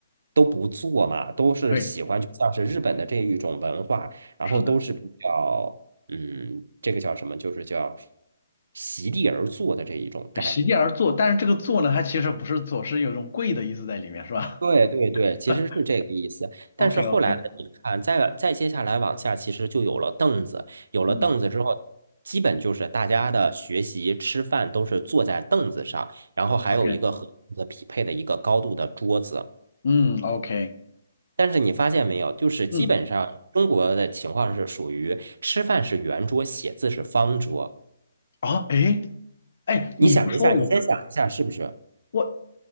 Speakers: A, on the right (about 70°); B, on the left (about 60°).
A: 都不做嘛，都是喜欢，
B: 对，
A: 就像是日本的这一种文化，然后都是比较嗯，
B: 是的，
A: 这个叫什么，就是叫席地而坐的这一种概念。
B: 席地而坐，但是这个坐呢，它其实不是坐，是有一种跪的意思在里面，是吧
A: 对对对，其实是这个意思。
B: <laughs>
A: 但是后来呢，
B: ？OK OK，
A: 你看，再再接下来往下，其实就有了凳子。有了凳子之后，
B: 嗯
A: 基本就是大家的学习、吃饭都是坐在凳子上，然后还有一个和凳子匹配的一个高度的桌子。
B: ，OK，嗯，OK，
A: 但是你发现没有，就是基本上中国的情况是属于吃饭是圆桌，
B: 嗯，
A: 写字是方桌。
B: 啊，哎哎，
A: 你想一下，
B: 你不说我跟
A: 你先想一下是不是？
B: 我